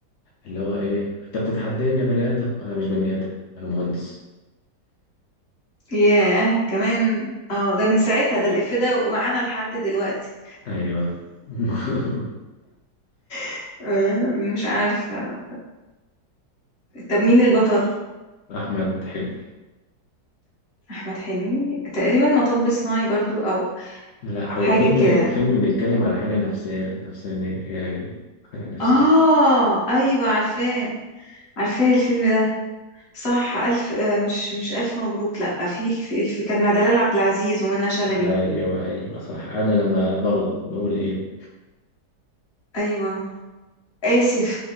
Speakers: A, on the left; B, on the left.
A: اللي هو إيه أنت بتتحداني يا بني آدم أنا مش بني آدم أنا مهندس
B: ياه كمان اه ده من ساعتها ده الإف ده ومعانا لحد دلوقتي
A: أيوه <laughs>
B: <laughs> أم، مش عارفة طب مين البطل
A: أحمد حلمي
B: أحمد حلمي تقريبا مطب صناعي برضو أو
A: لا
B: حاجة
A: هو فيلم
B: كده
A: فيلم بيتكلم على حاجة نفسية نفسانية يعني حاجة نفسية
B: آه أيوة عارفاه عارفاه الفيلم ده صح ألف آه، مش مش ألف مبروك لأ في الف, الف كان مع دلال عبد العزيز ومنى شلبي
A: أيوه أيوه صح أنا لما بغلط بقول إيه
B: أيوة آسف